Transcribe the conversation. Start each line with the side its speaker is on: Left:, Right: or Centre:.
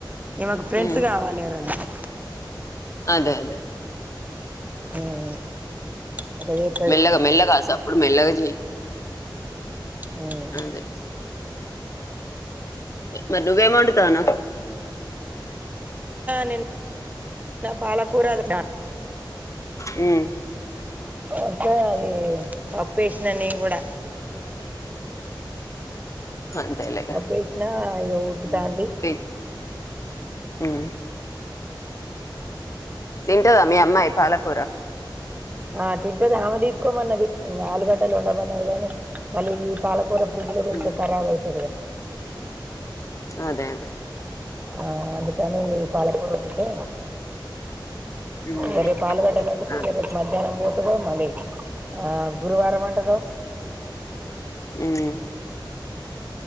Right: ఈమెకు ఫ్రెండ్స్
Left: హ్మ్
Right: కావాలి ఎవరన్న ఉంటే
Left: అదే అదే
Right: ఉమ్ అట్లా చేత్తది
Left: మెల్లగా మెల్లగా ఆస మెల్లగ చెయ్
Right: మ్మ్
Left: అదే మరి నువ్వేం వొండుతున్నావ్
Right: నేన్ పాలకూర ఒండుతా
Left: హ్మ్
Right: అంటది పప్పేసినా నేన్ కూడా
Left: అంతేలే ఇగ
Right: పప్పేసినా ఇగ ఉడుకుతాంది
Left: హ్మ్ తియ్ హ్మ్ తింటదా మీ అమ్మాయి పాలకూర
Right: ఆ తింటది ఆమె తీసుకోమన్నది ఇంకా ఆలుగడ్డలు వండమన్నది కాని మళ్ళీ ఈ పాలకూర విడిగా <unintelligible>
Left: హ్మ్
Right: రావాలి <inaudible>
Left: అదే అదే
Right: ఆ అందుకని ఇక ఈ పాలకూర ఉడికితే
Left: హ్మ్
Right: సరే పాలువడ్డ <inaudible>
Left: అదే
Right: రేపు మధ్యాహ్నం ఏమో మరి ఆ గురువారం అంట గా
Left: మ్మ్